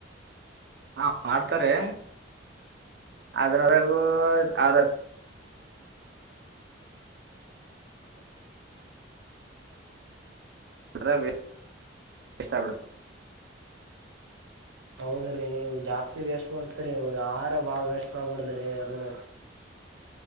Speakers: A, on the right (about 55°); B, on the right (about 90°).
A: ಹಾ ಮಾಡ್ತಾರೆ ಅದ್ರೊರಗೂ ಆರ <unintelligible> ಇಷ್ಟ ಆಗ್ ಬಿಡತ್
B: ಹೌದ್ರೀ ಜಾಸ್ತಿ ವೇಸ್ಟ್ ಮಾಡ್ತರಿ ಆ ಬಾಳ ವೇಸ್ಟ್ ಮಾಡಬ್ಯಾದ್ರಿ ಅದನ್ನ